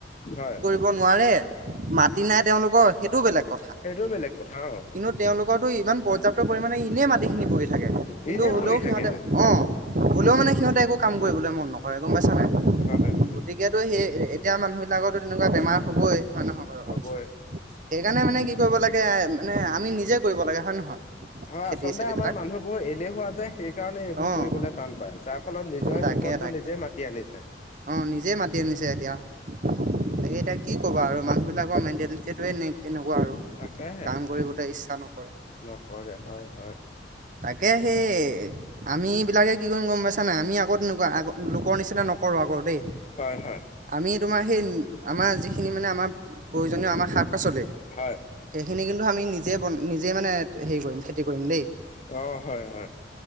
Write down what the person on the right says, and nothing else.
মাতি নাই তেওঁলোকৰ সেইটো বেলেগ কথা
কিন্তু <inaudible> তেওঁলোকৰো ইমান পৰ্যাপ্ত পৰিমমানে ইনে মাটিখিনি বহি থাকে কিন্তু
হলেও
সিহঁতে অ। হ'লেও মানে সিহঁতে একো কাম কৰিবলৈ মন নকৰে গমাইছ নাই
গতিকেতো সেই এতিয়া মানুহ বিিলাকৰো তেনেকুৱা বেমাৰ হবই হয় নহয় বাৰু
সেইকাৰণে মানে কি কৰিব লাগে? মানে আমি নিজে কৰিব লাগে হয়ে নহয়।
খেতি
চেতি
বিলাক
অ'
তাকে
তাকে
অ নিজে মাতি আনিছে এতিয়া। তাকে এতিয়া কি কবা আৰু মানুহবিলাকৰ মেণ্টেলিটোৱে এনে এনেকুৱা আৰু
কাম কৰিবলৈ ইচ্ছা নকৰে,
তাকে সেই আমি এই বিলাকে কি কৰিম গম পাইছা নাই, আমি আকৌ তেনেকুৱা আগ লোকৰ নিচিনা নকৰো আকৌ দেই।
আমি তোমাৰ সেই- আমাৰ যিখিনি মানে আমাৰ প্ৰয়োজনীয় আমাৰ শাক পাচলি
সেইখিনি কিন্তু আমি নিজে- মানে হেৰি কৰিম খেতি কৰিম দেই।